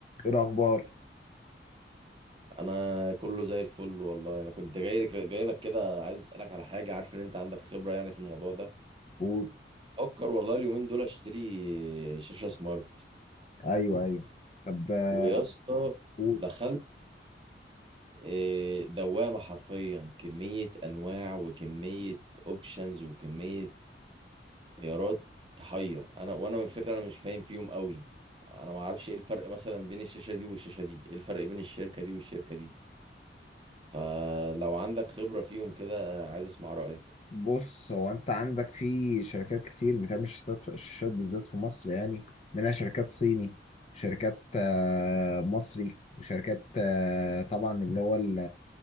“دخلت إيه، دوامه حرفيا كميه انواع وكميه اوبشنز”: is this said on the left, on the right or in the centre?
Right